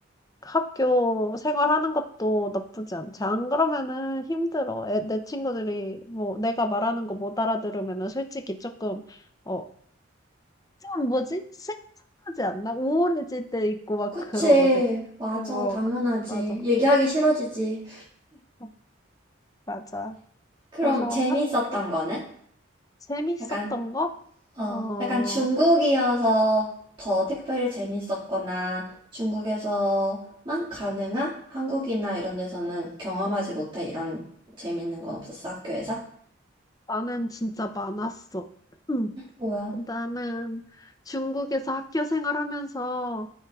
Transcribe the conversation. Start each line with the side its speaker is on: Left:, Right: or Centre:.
Left: 학교 생활하는 것도 나쁘지 않지. 안 그러면은 힘들어. 애, 내 친구들이 뭐 내가 말하는 거 못 알아들으면은 솔직히 조금 어 좀 뭐지? 슬프하지 않나? 우울해질 때 있고 막
Right: 그치.
Left: 그러거든.
Right: 맞아.
Left: 그거
Right: 당연하지.
Left: 그- 맞아.
Right: 얘기하기 싫어지지.
Left: 어, 맞아.
Right: 그럼
Left: 그래서
Right: 재밌었던
Left: 학교
Right: 거는?
Left: 재밌었던
Right: 약간,
Left: 거?
Right: 어,
Left: 어,
Right: 약간 중국이어서 더 특별히 재밌었거나 중국에서만 가능한 한국이나 이런 데서는 경험하지 못해. 이런 재밌는 건 없었어, 학교에서?
Left: 나는 진짜 많았어. <clears throat> 음,
Right: 뭐야?
Left: 나는 중국에서 학교 생활하면서